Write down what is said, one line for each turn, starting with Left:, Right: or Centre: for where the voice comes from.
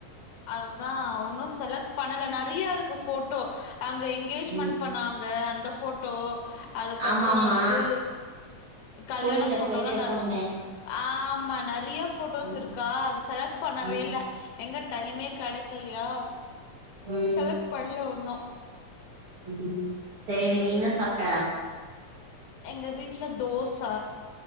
Left: அதுதா ஒன்னு செலக்ட் பண்ணல நெறையா இருக்கு ஃபோட்டோ ஆங்க எங்கேஜ்மெண்ட்
Right: ம்
Left: பண்ணாங் த அந்த ஃபோட்டோ அதுக்கப்புற
Right: ஆமா ஆமா
Left: வந்து கல்யாண
Right: கோயில்ல
Left: ஃபோட்டோலா
Right: போயிட்டு
Left: நற்
Right: போனோமே
Left: ஆமா நெறையஃப் ஃபோட்டோஸ்
Right: ம்
Left: இருக்கா அது செலக்ட் பண்ணவே
Right: ம்
Left: இல்ல எங்கட் எங்கயுமே கெடைக்கலையா
Right: ம்
Left: செலக்ட பட ல்ல ஒண்ணு
Right: <unintelligible> சேரி நீண்ணா சாப்ட்ட
Left: எங்க வீட்ல தோச